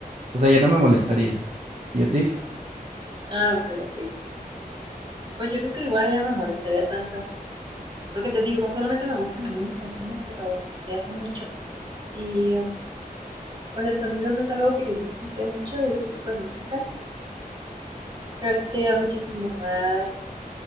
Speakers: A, on the right (about 45°); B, on the right (about 30°).
A: O sea, ya no me molestaría. ¿Y a ti?
B: Ah, ok, ok. Pues yo creo que igual ya no me molestaría tanto. Porque te digo, solamente me gustan algunas canciones, pero de hace mucho. Y um, pues el sonido no es algo que disfrute mucho de ese tipo de música, pero sí sería muchísimo más,